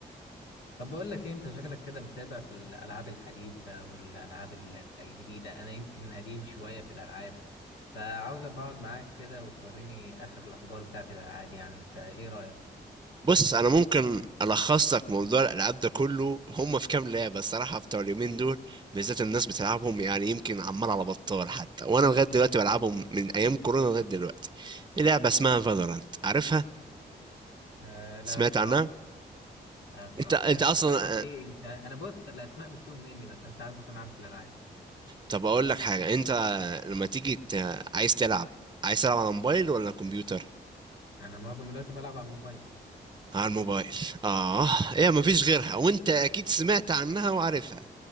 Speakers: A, on the left; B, on the right.
A: طب بقول لك ايه انت شكلك كده متابع في الالعاب الحديثة والالعاب ال- الجديدة انا يمكن قديم شوية في الالعاب فعاوز أبقى اقعد معاك كده وتوريني اخر الاخبار بتاعت الالعاب يعني انت ايه رأيك
B: بص أنا ممكن ألخص لك موضوع الألعاب ده كله هم في كام لعبة الصراحة بتوع اليومين دول بالذات الناس بتلعبهم يعني يمكن عمال على بطال حتى وأنا لغاية دلوقتي بلعبهم من أيام كورونا لغاية دلوقتي دي لعبة اسمها فالورانت عارفها؟
A: آه لا
B: سمعت
A: صراحة
B: عنها؟
A: لا صراحة
B: أنت أنت
A: كانت
B: أصلا
A: بتتكلم عن ايه انت انا بص الاسماء بتتوه مني بس انا ساعات بكون عارف الالعاب
B: طب أقول لك حاجة أنت لما تيجي ت... عايز تلعب عايز تلعب على موبايل ولا كمبيوتر؟
A: انا معظم الوقت بلعب على الموبايل
B: على الموبايل اه هي ما فيش غيرها وانت اكيد سمعت عنها وعارفها